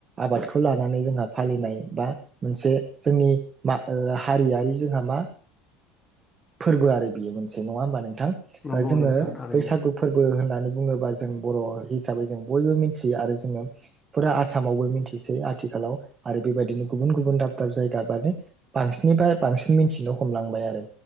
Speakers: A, on the right; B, on the left.
A: आबादखौ लानानै जोंहा फालिनाय बा मोनसे जोंनि मा ओ हारियारि जोंहा मा फोरबो आरो बियो मोनसे नङा होमबा नोंथां।
B: नंगौ
A: ओ जोङो
B: नोंथां थारैनो
A: बैसागु फोरबो होननानै बुङोबा जों बर' हिसाबै जों बयबो मिन्थियो आरो जोङो फुरा आसामावबो मिन्थिसै। आथि खालाव आरो बेबायदिनो गुबुन गुबुन दाब दाब जायगा बालै बांसिननिफाय बांसिन मिन्थिनो हमलांबाय आरो